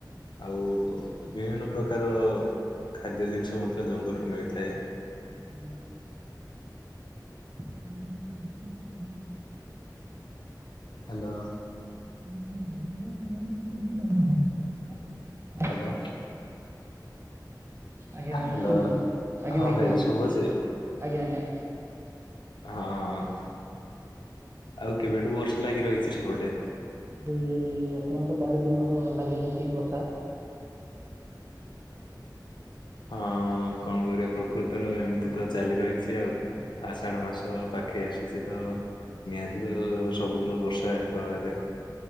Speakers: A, on the left; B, on the right.
A: ଆଉ ବିଭିନ୍ନ ପ୍ରକାର ଖାଦ୍ୟ ଜିନିଷ ମଧ୍ୟ ଜଙ୍ଗଲରୁୁ ମିଳିଥାଏ।
B: <unintelligible> <unintelligible>
A: ହ୍ୟାଲୋ।
B: <unintelligible>
A: ହ୍ୟାଲୋ।
B: ଆଜ୍ଞା
A: ହ୍ୟାଲୋ
B: ଭାଇ କୁହନ୍ତୁ। ଆଜ୍ଞା
A: ହଁ ଭାଇ
B: କୁହନ୍ତୁ
A: ଶୁଭୁଚି
B: ଆଜ୍ଞା ଆଜ୍ଞା।
A: ହଁ ଆଉ କେବେଠୁ ବର୍ଷା ଲାଗି ରହିଛି ସେପଟେ
B: ଯୋଉଁ ବର୍ତ୍ତମାନ ତ ଚାରି ଦିନ ହବ ଲାଗି ରହିଚି ବର୍ଷା।
A: ହଁ କଣ କରିବା ପ୍ର ପ୍ରକୃତିର ଏମିତି ତ ଚାଲି ରହିଛି ଆଉ ଆଷାଢ ମାସ ପାଖେଇ ଆସିଛି ତ ନିହାତି ଭାବେ ସବୁଦିନ ବର୍ଷା ହେବା ଆ